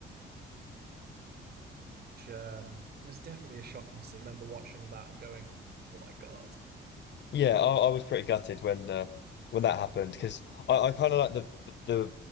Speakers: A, on the right; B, on the left.
A: um, was definitely a shocking scene. I remember watching that and going, "Oh my God!"
B: Yeah, I, I was pretty gutted when uh, when that happened because I, I kind of like the, the